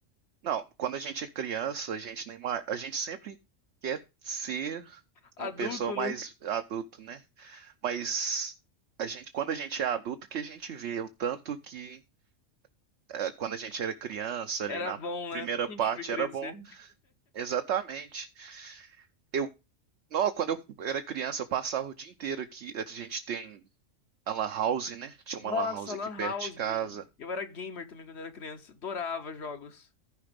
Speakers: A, on the right (about 65°); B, on the left (about 60°).
A: não, quando a gente é criança, a gente nem mais, a gente sempre quer ser
B: Adulto,
A: uma pessoa
B: né?
A: mais adulto, né? Mas a gente, quando a gente é adulto, que a gente vê o tanto que eh, quando a gente era criança, ali
B: Era
A: na
B: bom, né?
A: primeira
B: Por que
A: parte
B: a gente foi crescer?
A: era bom. Exatamente. Eu, não, quando eu era criança, eu passava o dia inteiro aqui. A gente tem a lan house, né? Tinha
B: Nossa,
A: uma lan house aqui
B: Lan
A: perto
B: House.
A: de casa.
B: Eu era gamer também quando eu era criança. Adorava jogos.